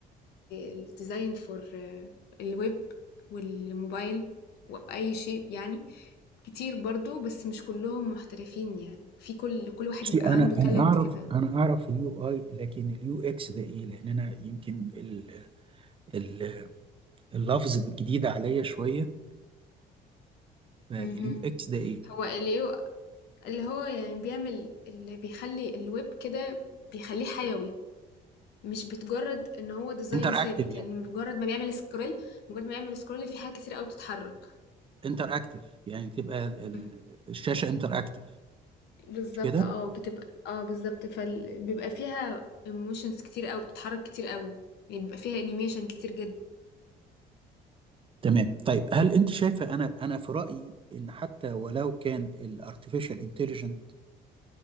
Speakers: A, on the left; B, on the right.
A: الديزاين فور الويب والموبايل واي شيء يعني كتير برضو بس مش كلهم محترفين يعني في كل كل واحد
B: بصي
A: بيبقى
B: انا
A: عنده تالنت
B: انا اعرف
A: كده
B: انا اعرف اليو اي لكن اليو اكس ده ايه لان انا يمكن ال ال اللفظ الجديد عليا شويه فاليو
A: مهم.
B: اكس ده ايه
A: هو ال اللي هو يعني بيعمل اللي بيخلي الويب كده بيخليه حيوي مش بتجرد ان هو ديزاين
B: انتر
A: ثابت
B: اكتف يعني
A: يعني مجرد ما بيعمل سكرول مجرد ما يعمل سكرول في حاجات كتير قوي بتتحرك
B: انتر اكتف يعني تبقى ال-
A: مم.
B: الشاشه انتر اكتف
A: بالظبط
B: مش كده
A: اه بتبقى اه بالظبط فبيبقى فيها ايموشنز كتير قوي بتتحرك كتير قوي يعني بيبقى فيها انيميشن كتير
B: تمام طيب هل انت شايفه انا انا في رايي ان حتى ولو كان الارتفيشال انتليجنت